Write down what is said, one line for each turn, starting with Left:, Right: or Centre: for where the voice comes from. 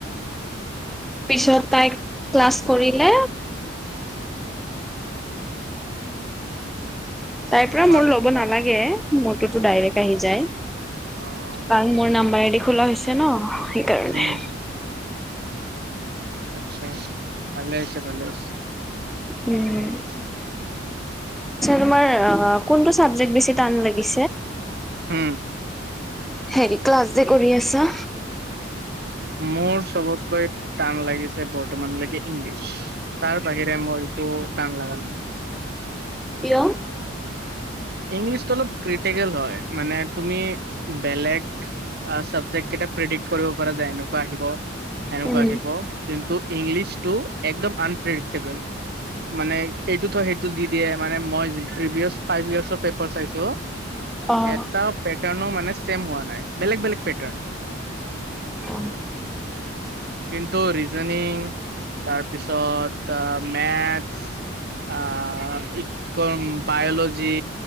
Centre: া মই ক্লাছ কৰিলো তাইৰ পৰা
Right: তোমাৰ
Centre: মোৰ ল'ব নালাগে মটোতো
Right: হয়।
Centre: ডাইৰেক্ট আহি যায়
Right: অ'
Centre: কাৰণ মোৰ নাম্বাৰ এদি খোলা হৈছে ন সেইকাৰণে
Right: উম, আচ্ছা ভালে আ হৈছেো ভালে আছ
Centre: উম
Right: ঠ
Centre: তোমাৰ কোনটো চাবে বেছি লাগি
Right: উম
Centre: হেৰি ক্লাছ যে কৰি আছা
Right: মোৰ চবতকৈ টান লাগিছে বৰ্তমানলৈকে ইংলিছ তাৰ বাহিৰে মই তটো টান লাগা নাই
Centre: কয়
Right: ইংলিছটো অলপ ক্ৰিটিকেল হয় মানে তুমি বেলেগ চাবজেক্ কেইটা প্ৰিডিকট কৰিব পৰা যায় এনেকুৱা আহিব সেনেকুৱা
Centre: উম।
Right: আহিব কিন্তু ইংলিছ টো একদম আনপ্ৰেডিক্টেবল মানে এইটো থ সেইটো দি দিয়ে মানে মই প্ৰিভিয়াচ ফাইভ ইয়াৰ্চৰ পেপাৰ চাইছো
Centre: অ'।
Right: এটা পেটাৰ্ণো মানে চছেম হোৱা নাই বেলেগ বেলেগ পেটাৰ্ণ
Centre: উ
Right: কিন্তন্তু ৰিজননিং তাৰপিছত আহ মেথছ আহ কম বায়'লজি